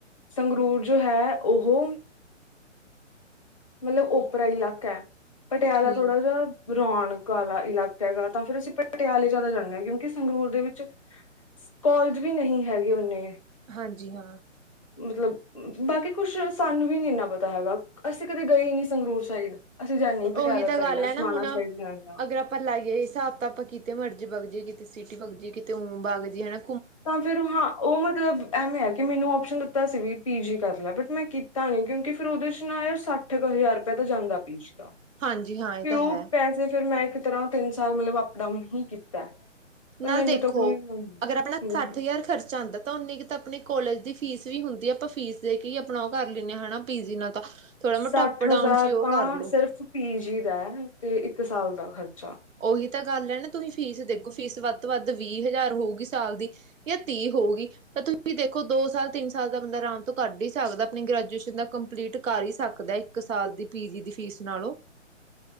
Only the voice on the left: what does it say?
ਸੰਗਰੂਰ ਜੋ ਐ ਔਹੋ ਮਤਲਬ ਓਪਰਾ ਇਲਾਕਾ ਐ ਪਟਿਆਲਾ
ਥੋੜਾ ਜਾ ਰੌਣਕ ਆਲਾ ਇਲਾਕਾ ਐਗਾ ਤਾਂ ਫਿਰ ਅਸੀਂ ਪਟਿਆਲੇ ਜ਼ਿਆਦਾ ਜਾਂਨੇ ਆ ਕਿਉਂਕਿ ਸੰਗਰੂਰ ਦੇ ਵਿੱਚ ਕੋਲਜ ਵੀ ਨਹੀਂ ਹੈਗੇ ਉਨੇ
ਮਤਲਬ ਬਾਕੀ ਕੁਛ ਸਾਨੂੰ ਵੀ ਨੀ ਇੰਨਾ ਪਤਾ ਹੈਗਾ ਅਸੀਂ- ਕਦੇ ਗਏ ਨੀ ਸੰਗਰੂਰ ਸਾਈਡ ਅਸੀਂ ਜਾਨੇ ਈ ਪਟਿਆਲਾ
ਸਾਈਡ
ਆ
ਸਮਾਨਾ
ਸਾਈਡ ਜਾਨੇ ਹਾਂ।
ਤਾਂ ਫੇਰ ਹਾਂ ਔ ਮਤਲਬ ਐਵੇਂ ਆ ਕਿ ਮੈਨੂੰ ਔਪਸ਼ਨ ਦਿੱਤਾ ਸੀ ਵੀ ਪੀ ਜੀ ਕਰ ਲੈ ਬਟ ਮੈਂ ਕੀਤਾ ਨੀ ਕਿਉਂਕਿ ਫਿਰ ਉਹਦੇ 'ਚ ਨਾ ਯਾਰ ਸੱ ਠ ਕੁ ਹਜ਼ਾਰ ਰੁਪਇਆ ਤਾਂ ਜਾਂਦਾ ਪੀਚ ਦਾ।
ਵੀ ਔ
ਪੈਸੇ ਫਿਰ ਮੈਂ ਇੱਕ ਤਰ੍ਹਾਂ ਤਿੰਨ ਸਾਲ ਮਤਲਬ ਅਪ ਡਾਊਨ ਹੀ ਕੀਤਾ। ਤਾਂ
ਮੈਨੂੰ
ਤਾਂ ਕੋਈ ਹੂੰ-ਹੂੰ
ਸੱਠ
ਹਜ਼ਾਰ
ਤਾਂ
ਸਿਰਫ਼ ਪੀਜੀ ਦਾ ਐ ਤੇ ਇੱਕ ਸਾਲ ਦਾ ਖ਼ਰਚਾ।